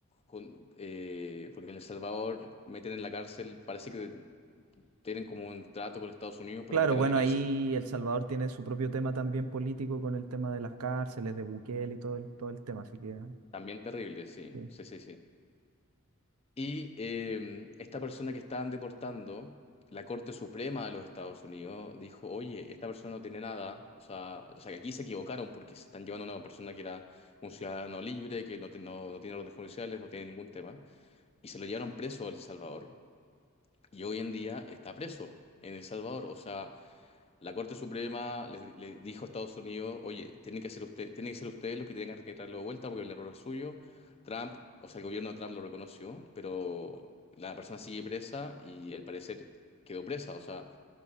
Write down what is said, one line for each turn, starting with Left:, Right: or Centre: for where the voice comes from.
Left: con- eh, porque en El Salvador meten en la cárcel, parece que tienen como un trato con Estados Unidos para
Right: Claro,
Left: meter
Right: bueno,
Left: en la cárcel,
Right: ahí El Salvador tiene su propio tema también político con el tema de las cárceles, de Bukele y todo el, todo el tema, así que
Left: también terrible, sí,
Right: sí.
Left: sí, sí, sí. Y eh, esta persona que estaban deportando, la Corte Suprema de los Estados Unidos dijo, oye, esta persona no tiene nada, o sea, o sea que aquí se equivocaron porque se están llevando a una persona que era un ciudadano libre, que no, te- no, no tiene órdenes judiciales, no tiene ningún tema, y se lo llevaron preso a El Salvador, y hoy en día está preso en El Salvador, o sea... La Corte Suprema le, le dijo a Estados Unidos, oye, tienen que ser usted, tienen que ser ustedes los que tienen que traerlo de vuelta porque el error es suyo. Trump, o sea, el gobierno de Trump lo reconoció, pero la persona sigue presa y al parecer quedó presa. O sea,